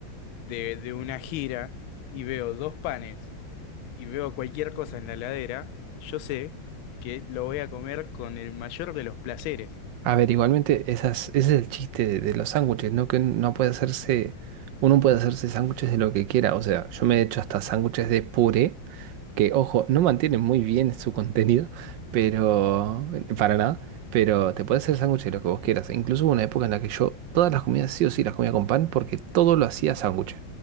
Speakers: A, on the left; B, on the right.
A: de, de una gira y veo dos panes y veo cualquier cosa en la heladera, yo sé que lo voy a comer con el mayor de los placeres.
B: A ver, igualmente esas, ese es el chiste de, de los sándwiches, ¿no? Que no puede hacerse, uno puede hacerse sándwiches de lo que quiera. O sea, yo me he hecho hasta sándwiches de puré que, ojo, no mantiene muy bien su contenido, pero para nada, pero te puedes hacer sándwich de lo que vos quieras. E Incluso hubo una época en la que yo todas las comidas sí o sí las comía con pan porque todo lo hacía sándwich.